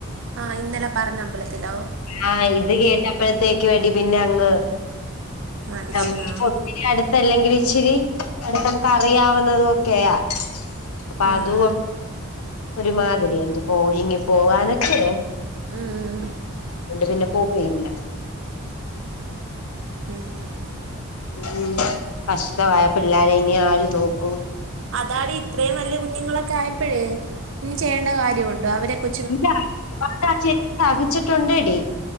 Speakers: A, on the right; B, on the left.
A: ആ ഇന്നലെ പറഞ്ഞ അമ്പലത്തിലോ?
B: ആഹ ഇത് കേട്ടപ്പഴത്തേക്ക് എടി പിന്നെ അങ്ങ്.
A: മടിച്ച്
B: അ
A: ആഹ്
B: അടുത്തല്ലെങ്കിൽ ഇച്ചിരി അടുത്ത് മക്ക് അറിയാവുന്ന തൊക്കെയാ. അപ്പൊ
A: ഉം
B: അത്
A: ഉം
B: ഒരുമാതിരി എന്ത് പോ ഒരുങ്ങി പോവാനൊക്കെ.
A: ഉം ഉം
B: ണ്ട് പിന്നെ പോയില്ല.
A: ഉം
B: ഉം കഷ്ടം ആ പിള്ളേര ഇനി ആര് നോക്കും
A: അതാണ് ഇത്രയും വലിയ കുഞ്ഞുങ്ങളൊക്കെ ആയപ്പോഴേ ഇത് ചെയ്യേണ്ട കാര്യമുണ്ടോ അവരെ കൊ
B: ഇല്ല ആ ചേച്ചി സഹിച്ചിട്ടുണ്ടടി